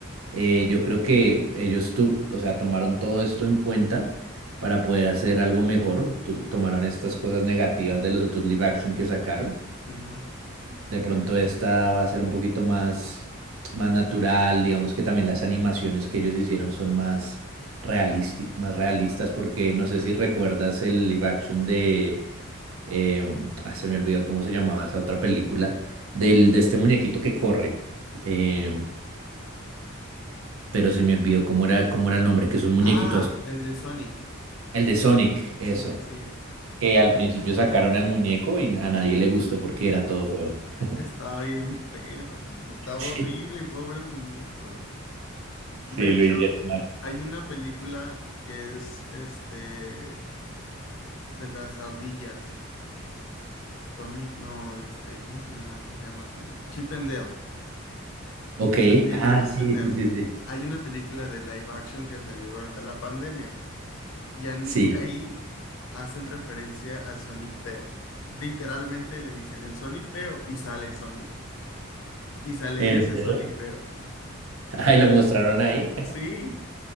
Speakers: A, on the right (about 80°); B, on the left (about 70°).
A: Eh, yo creo que ellos, tu- o sea, tomaron todo esto en cuenta para poder hacer algo mejor. tu- tomaron estas cosas negativas de los otros live action que sacaron
B: Ujú.
A: De pronto esta va a ser un poquito más, más natural, digamos que también las animaciones que ellos hicieron son más realistic- más realistas, porque no sé si recuerdas el live action de, eh, um, ah, se me olvidó cómo se llamaba esa otra película, del, de este muñequito que corre, eh, pero se me olvidó cómo era, cómo era el nombre, que es un muñequito
B: Ah,
A: azul.
B: el de Sonic.
A: El de Sonic,
B: Sí,
A: eso,
B: sí, sí.
A: que al principio sacaron al muñeco y a nadie le gustó porque era todo feo.
B: <laughs>
A: <laughs>
B: Estaba bien feo. Estaba
A: Sí,
B: horrible, pobre muñeco.
A: sí,
B: De hecho,
A: lo hicieron. mal.
B: hay una película que es este de las ardillas. Tommy, no, este, ¿cómo se llama? ¿Cómo se llama? ¿Cómo? Chip and Dale.
A: Ok,
B: Las ardillas
A: ah,
B: de Chip
A: sí,
B: and Dale.
A: sí, sí, sí.
B: Hay una película de live action que salió durante la pandemia y, an-
A: Sí,
B: y ahí hacen referencia al Sonic feo. Literalmente le dicen el Sonic feo y sale Sonic. Y sale
A: ¿en
B: ese
A: serio?
B: Sonic feo.
A: Ay, <laughs> lo mostraron ahí.
B: Sí,